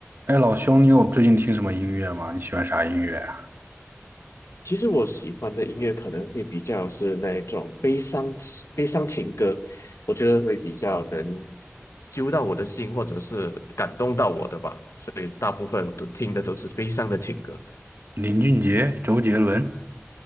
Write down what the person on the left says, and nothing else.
其实我喜欢的音乐可能会比较是那一种悲伤悲伤情歌，我觉得会比较能揪到我的心，或者是感动到我的吧。所以大部分我都听的都是悲伤的情歌。